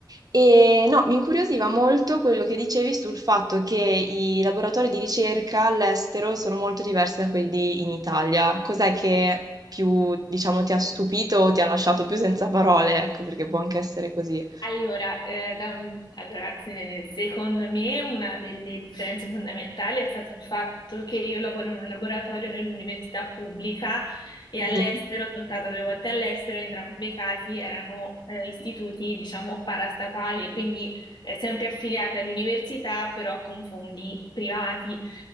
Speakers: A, on the right; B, on the left.
A: e no, mi incuriosiva molto quello che dicevi sul fatto che i laboratori di ricerca all'estero sono molto diversi da quelli in Italia. Cos'è che più, diciamo, ti ha stupito o ti ha lasciato più senza parole? Ecco, perché può anche essere così.
B: Allora, eh, da- allora, se- secondo me una delle differenze fondamentali è stato il fatto che io lavoro in un laboratorio nell'università pubblica e
A: Mhm.
B: all'estero, sono stata due volte all'estero, in entrambi i casi erano eh, istituti, diciamo, parastatali, quindi eh, sempre affiliati all'università, però con fondi privati.